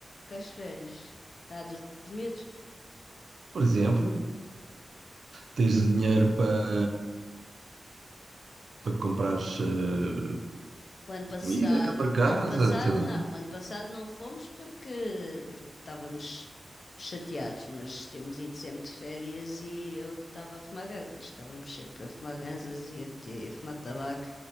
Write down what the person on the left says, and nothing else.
Com as férias? Há dos medos.
O ano passado,
o ano passado
não, o ano passado não fomos porque, porque estávamos chateados, mas temos ido sempre de férias e eu estava a fumar ganzas, estávamos sempre a fumar ganzas e a, ter, a fumar tabaco,